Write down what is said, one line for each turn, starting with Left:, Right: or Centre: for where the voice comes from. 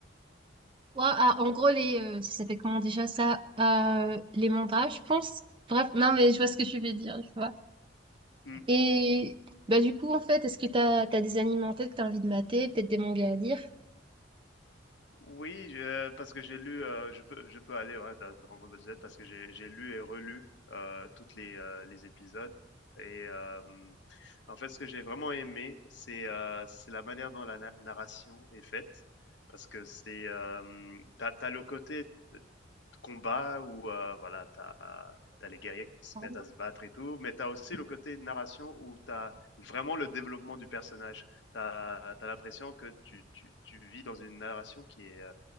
Right: Ouais, ah, en gros, les, euh, ça s'appelle comment déjà ça? Euh, les mandats, je pense. Bref, non, mais je vois ce que tu veux dire, je vois.
Left: Mmh.
Right: Et bah, du coup, en fait, est-ce que t'as, t'as des animés en tête que t'as envie de mater, peut-être des mangas à lire?
Left: Oui, je euh, parce que j'ai lu, heu, je peux je peux aller, ouais, dans Dragon Ball Z parce que j'ai j'ai lu et relu, heu, toutes les, heu, les épisodes et hem, en fait, ce que j'ai vraiment aimé, c'est, heu, c'est la manière dont la na narration est faite parce que c'est, hem, tu as le côté, heu, combat où, heu, voilà, t'as as les guerriers qui se
Right: Pardon
Left: mettent à se battre et tout, mais t'as aussi le côté narration où t'as vraiment le développement du personnage. T'as, t'as l'impression que tu tu tu vis dans une narration qui est, euh,